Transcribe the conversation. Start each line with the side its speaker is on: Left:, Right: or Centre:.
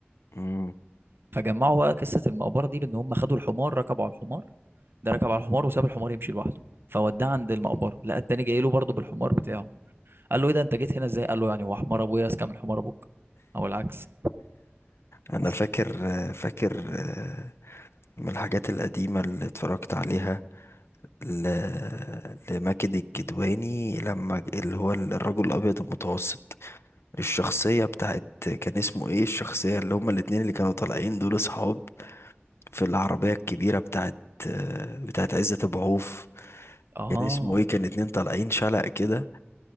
Left: <laughs> مم.
Right: فجمعوا بقى قصه المقبره دي بان هم خدوا الحمار ركبوا على الحمار ده ركب على الحمار وساب الحمار يمشي لوحده فوداه عند المقبره لقى التاني جاي له برضه بالحمار بتاعه قال له ايه ده انت جيت هنا ازاي قال له يعني هو حمار ابويا اذكى من حمار ابوك او العكس بس.
Left: انا فاكر فاكر آه، من الحاجات القديمه اللي اتفرجت عليها ل... لماجد الكدواني لما ج- اللي هو الرجل الابيض المتوسط الشخصيه بتاعت كان اسمه ايه الشخصيه اللي هما الاتنين اللي كانوا طالعين دول اصحاب في العربيه الكبيره بتاعت بتاعت عزت أبو عوف
Right: اه
Left: كان اسمه ايه كان اتنين طالعين شلق كده